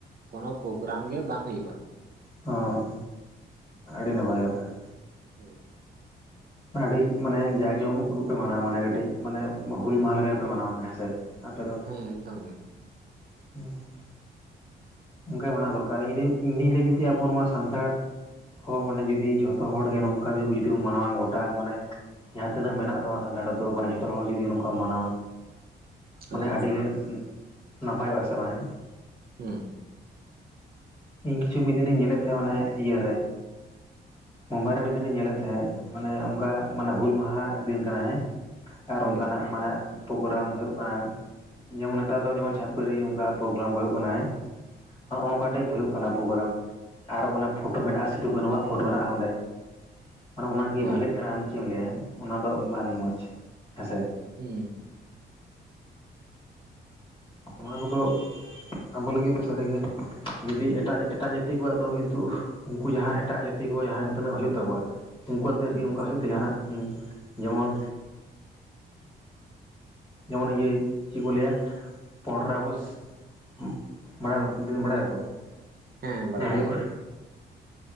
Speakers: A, on the right; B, on the left.
A: ᱠᱳᱱᱳ ᱯᱨᱳᱜᱨᱟᱢ ᱜᱮ ᱵᱟᱝ ᱦᱩᱭᱩᱜᱼᱟ ᱾
B: ᱦᱚᱸ ᱟᱹᱰᱤ ᱱᱟᱯᱟᱭ ᱠᱟᱛᱷᱟ ᱾
A: ᱦᱳᱭ ᱾
B: ᱟᱹᱰᱤ ᱢᱟᱱᱮ ᱡᱟᱭᱡᱚᱢᱚᱠ ᱜᱮᱯᱮ ᱢᱟᱱᱟᱣᱟ ᱢᱟᱱᱮ ᱠᱟᱹᱴᱤᱡ ᱢᱟᱱᱮ ᱦᱩᱞ ᱢᱟᱦᱟ ᱞᱮᱠᱟ ᱜᱮᱯᱮ ᱢᱟᱱᱟᱣᱟ ᱦᱮᱸ ᱥᱮ ᱟᱯᱮ ᱫᱚ ᱾
A: ᱦᱮᱸ ᱮᱠᱫᱚᱢ ᱜᱮ ᱾
B: <unintelligible> ᱚᱱᱠᱟ ᱜᱮ ᱢᱟᱱᱟᱣ ᱫᱚᱨᱠᱟᱨ ᱤᱧ ᱤᱧ ᱫᱩᱧ ᱞᱟᱹᱭ ᱡᱩᱫᱤ ᱟᱵᱚ ᱱᱚᱣᱟ ᱥᱟᱱᱛᱟᱲ ᱦᱚᱲ <inaudible> ᱡᱩᱫᱤ ᱡᱷᱚᱛᱚ ᱦᱚᱲᱜᱮ ᱱᱚᱝᱠᱟ ᱜᱮ ᱡᱩᱫᱤ ᱵᱚ ᱢᱟᱱᱟᱣᱟ ᱜᱚᱴᱟ ᱢᱟᱱᱮ ᱡᱟᱦᱟᱸ ᱛᱤᱱᱟᱹᱜ ᱢᱮᱱᱟᱜ ᱛᱟᱢᱟ ᱥᱟᱱᱛᱟᱲ ᱟᱛᱳ ᱢᱟᱱᱮ ᱡᱷᱚᱛᱚ ᱦᱚᱲ ᱡᱩᱫᱤ ᱱᱚᱝᱠᱟᱢ ᱢᱟᱱᱟᱣᱟ
A: ᱦᱳᱭ
B: ᱢᱟᱱᱮ ᱟᱹᱰᱤᱜᱮ ᱱᱟᱯᱟᱭᱚᱜᱼᱟ ᱦᱮᱥᱮ ᱵᱟᱝ ᱦᱮᱸ ᱾
A: ᱦᱩᱸ
B: ᱤᱧ ᱠᱤᱪᱷᱩ ᱢᱤᱫ ᱫᱤᱱᱤᱧ ᱧᱮᱞᱮᱫ ᱛᱟᱦᱮᱸᱱ ᱚᱱᱮ ᱤᱭᱟᱹᱨᱮ ᱢᱩᱢᱵᱟᱭ ᱨᱮ ᱢᱤᱫ ᱫᱤᱱᱤᱧ ᱧᱮᱞᱮᱫ ᱛᱟᱦᱮᱸᱜ ᱢᱟᱱᱮ ᱚᱱᱠᱟ ᱢᱟᱱᱮ ᱦᱩᱞ ᱢᱟᱦᱟ ᱫᱤᱱ ᱠᱟᱱᱟ ᱦᱮᱸ ᱟᱨ
A: ᱦᱳᱭ
B: ᱚᱱᱠᱟᱱᱟᱜ ᱢᱟᱱᱮ ᱯᱳᱜᱨᱟᱢ ᱦᱩᱭᱩᱜ ᱠᱟᱱᱟ, ᱡᱮᱢᱚᱱ ᱱᱮᱛᱟᱨ ᱫᱚ ᱡᱮᱢᱚᱱ ᱪᱷᱟᱯᱨᱤ ᱚᱱᱠᱟ ᱯᱳᱨᱜᱨᱟᱢ ᱠᱚ ᱦᱩᱭᱩᱜ ᱠᱟᱱᱟ ᱦᱮ ᱦᱚᱜ ᱱᱚᱝᱠᱟ ᱴᱟᱭᱤᱯ ᱦᱩᱭᱩᱜ ᱚᱱᱟ ᱯᱳᱨᱜᱨᱟᱢ ᱟᱨ ᱚᱱᱮ ᱯᱷᱳᱴᱳ ᱢᱮᱱᱟᱜᱼᱟ ᱥᱤᱫᱩ ᱠᱟᱹᱱᱩᱣᱟᱜ ᱯᱷᱳᱴᱳ ᱢᱮᱱᱟᱜᱼᱟ ᱚᱸᱰᱮ, ᱢᱟᱱᱮ ᱚᱱᱟᱜᱤ
A: ᱦᱮᱸ
B: ᱵᱷᱟᱞᱮᱜ ᱠᱟᱱᱟ ᱟᱢ ᱦᱚ ᱪᱮᱫ ᱮᱢ ᱞᱟᱹᱭᱟ ᱚᱱᱟ ᱫᱚ ᱵᱟᱝ ᱢᱚᱡᱽ ᱦᱮᱸᱥᱮ,
A: ᱦᱩᱸ᱾
B: ᱱᱚᱣᱟ ᱠᱚᱫᱚ ᱟᱵᱚ ᱞᱟᱹᱜᱤᱫ ᱫᱚ ᱥᱟᱹᱨᱤᱜᱮ ᱡᱫᱤ ᱮᱴᱟᱜ ᱮᱴᱟᱜ ᱡᱟᱹᱛᱤ ᱠᱚᱣᱟᱜ ᱫᱚ ᱠᱤᱱᱛᱩ ᱩᱱᱠᱩ ᱡᱟᱦᱟᱸ ᱮᱴᱟᱜ ᱡᱟᱹᱛᱤ ᱠᱚ ᱡᱟᱦᱟᱸ ᱛᱤᱱᱟᱹᱜ ᱦᱩᱭᱩᱜ ᱛᱟᱠᱚᱣᱟ ᱩᱱᱠᱩᱭᱟᱜ ᱛᱤ ᱨᱮᱜᱮ
A: ᱦᱩᱸ
B: ᱚᱱᱠᱟ ᱦᱩᱭᱩᱜ ᱛᱮ ᱡᱟᱦᱟᱱᱟᱜ ᱡᱮᱢᱚᱱ ᱡᱮᱢᱚᱱ ᱤᱭᱟᱹ ᱪᱮᱫ ᱠᱚ ᱞᱟᱹᱭᱟ ᱯᱚᱱᱨᱚᱭ ᱟᱜᱚᱥᱴ᱾ <inaudible> ᱵᱟᱲᱟᱭᱟᱢ ᱫᱟᱹᱲ ᱮᱢ ᱫᱟᱹᱲ ᱛᱚ <unintelligible>
A: ᱦᱮᱸ ᱵᱟᱲᱟᱭ
B: ᱦᱩᱭᱩᱜᱼᱟ᱾
A: ᱜᱮᱭᱟᱞᱤᱧ